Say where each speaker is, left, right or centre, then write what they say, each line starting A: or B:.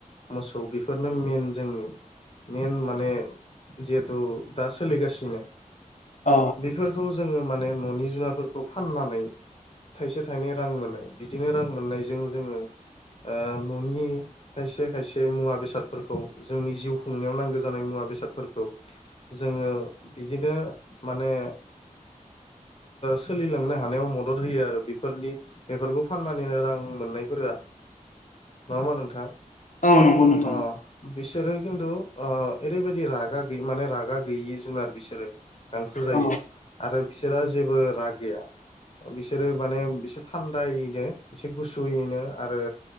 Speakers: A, on the left; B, on the left.
A: मोसौ बेफोरनो मेन जोंनि। मेन माने जिहेथु दा सोलिगासिनो।
B: अ
A: बेफोरखौ जोङो माने न'नि जुुनारफोरखौ फाननानै। थाइसे थाइनै रां मोनो बिदिनो रां मोननायजों जोङो आ न'नि खायसे खायसे मुवा बेसादफोरखौ जोंनि जिउ खुंनायाव नांगौ जानाय मुवा बेसादफोरखौ। जोङो बिदिनो माने सोलिलांनो थानायाव मदद होयो आरो बेफोरनि बेफोरखौ फाननानैनो रां मोननायफोरा नङा होनबा नोंथां?
B: औ नंगौ नोंथां।
A: अ बिसोरो खिन्थु ओ ओरैबायदि रागा गैयि माने रागा गैयि जुनार बिसोरो। गांसो जायो
B: औ
A: आरो बिसोरा जेबो राग गैया। बिसोरो माने बिसोरो थान्दायैनो एसे गुसुयैनो आरो